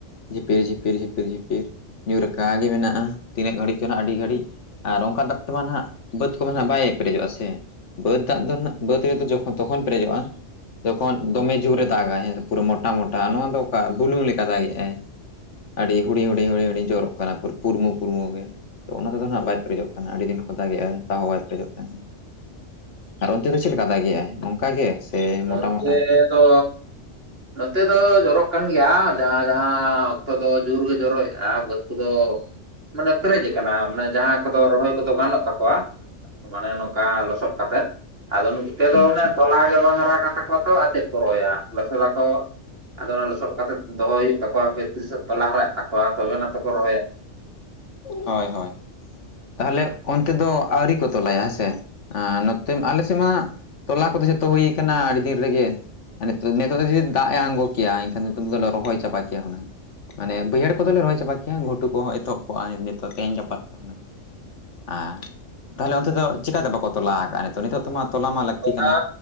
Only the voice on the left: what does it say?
ᱡᱷᱤᱯᱤᱨ ᱡᱷᱤᱯᱤᱨ ᱡᱷᱤᱯᱤᱨ ᱡᱷᱤᱯᱤᱨ ᱧᱩᱨ ᱟᱠᱟ ᱜᱮ ᱢᱮᱱᱟᱜᱼᱟ ᱛᱤᱱᱟᱹᱜ ᱜᱷᱲᱤᱡ ᱪᱚᱱᱟᱜ ᱟᱹᱰᱤ ᱜᱷᱟᱹᱲᱤᱡ ᱟᱨ ᱚᱱᱠᱟ ᱫᱟᱜ ᱛᱮᱢᱟᱱ ᱦᱟᱸᱜ ᱵᱟᱹᱫᱽ ᱠᱚᱫᱚ ᱟᱸᱜ ᱵᱟᱭ ᱯᱮᱨᱮᱡᱚᱜᱼᱟ ᱥᱮ ᱵᱟᱹᱫᱽ ᱫᱟᱜ ᱫᱚ ᱦᱟᱸᱜ ᱵᱟᱹᱫᱽ ᱨᱮᱫᱚ ᱡᱚᱠᱷᱚᱱ ᱛᱚᱠᱷᱚᱱ ᱯᱮᱨᱮᱡᱚᱜᱼᱟ᱾ ᱡᱚᱠᱷᱚᱱ ᱫᱚᱢᱮ ᱡᱷᱚᱨᱮ ᱫᱟᱜᱼᱟᱭ ᱦᱮᱸ ᱥᱮ ᱯᱩᱨᱟᱹ ᱢᱚᱴᱟ ᱢᱚᱴᱟ ᱱᱚᱣᱟ ᱫᱚ ᱚᱠᱟ ᱵᱩᱞᱩᱝ ᱞᱮᱠᱟ ᱫᱟᱜᱮᱜᱼᱟᱭ᱾ ᱟᱹᱰᱤ ᱦᱩᱰᱤᱧ ᱦᱩᱰᱤᱧ ᱦᱩᱰᱤᱧ ᱦᱩᱰᱤᱧ ᱡᱚᱨᱚᱜ ᱠᱟᱱᱟ ᱾ ᱯᱩᱨᱢᱩ ᱯᱩᱨᱢᱩ ᱜᱮ᱾ ᱛᱚ ᱚᱱᱟ ᱛᱮᱫᱚ ᱱᱟᱜ ᱵᱟᱭ ᱯᱨᱮᱡᱚᱜ ᱠᱟᱱᱟ ᱟᱹᱰᱤ ᱫᱤᱱ ᱠᱷᱚᱱ ᱫᱟᱜᱮᱜᱼᱟᱭ ᱛᱟᱣ ᱦᱚᱸ ᱵᱟᱭ ᱯᱮᱨᱮᱡᱚᱜ ᱠᱟᱱᱟ᱾ ᱟᱨ ᱚᱱᱛᱮ ᱫᱚ ᱪᱮᱫ ᱞᱮᱠᱟ ᱫᱟᱜ ᱮᱜᱼᱟ ᱱᱚᱝᱠᱟ ᱜᱮ? ᱥᱮ
ᱢᱚᱴᱟ ᱢᱚᱴᱟ
ᱟᱪᱪᱷᱟ
ᱦᱳᱭ ᱦᱳᱭ ᱛᱟᱦᱚᱞᱮ ᱚᱱᱛᱮ ᱫᱚ ᱟᱹᱣᱨᱤ ᱠᱚ ᱛᱚᱞᱟᱭᱟ ᱦᱮᱸᱥᱮ ᱟᱸ᱾ ᱱᱚᱛᱮ ᱟᱞᱮ ᱥᱮᱫ ᱢᱟ ᱛᱚᱞᱟ ᱠᱚᱫᱚ ᱡᱷᱚᱛᱚ ᱦᱩᱭ ᱠᱟᱱᱟ ᱟᱹᱰᱤ ᱫᱤᱱ ᱨᱮᱜᱮ᱾ ᱱᱤᱛᱚᱜ ᱫᱚ ᱡᱩᱫᱤ ᱫᱟᱜᱼᱮ ᱟᱬᱜᱚ ᱠᱮᱭᱟ ᱮᱱᱠᱷᱟᱱ ᱱᱤᱛᱚᱜ ᱫᱚᱞᱮ ᱨᱚᱦᱚᱭ ᱪᱟᱵᱟ ᱠᱮᱭᱟ᱾ ᱦᱩᱱᱟᱝ ᱢᱟᱱᱮ ᱵᱟᱹᱭᱦᱟᱹᱲ ᱠᱚᱫᱚᱞᱮ ᱨᱚᱦᱚᱭ ᱪᱟᱵᱟ ᱠᱮᱭᱟ ᱜᱷᱩᱴᱩ ᱠᱚᱦᱚ ᱮᱛᱚᱦᱚᱵ ᱠᱚᱜᱼᱟ ᱱᱤᱛᱚᱜ ᱛᱮᱦᱤᱧ ᱜᱟᱯᱟ ᱛᱮᱫᱚ ᱩᱱᱟᱹᱜ ᱦᱮᱸ ᱛᱟᱦᱚᱞᱮ ᱚᱱᱛᱮ ᱫᱚ ᱪᱮᱠᱟ ᱛᱮ ᱵᱟᱠᱚ ᱛᱚᱞᱟ ᱟᱠᱟᱜᱼᱟ ᱱᱤᱛ ᱱᱤᱛᱚᱜ ᱛᱮᱢᱟ ᱛᱚᱞᱟ ᱢᱟ ᱞᱟᱹᱠᱛᱤ
ᱠᱟᱱᱟ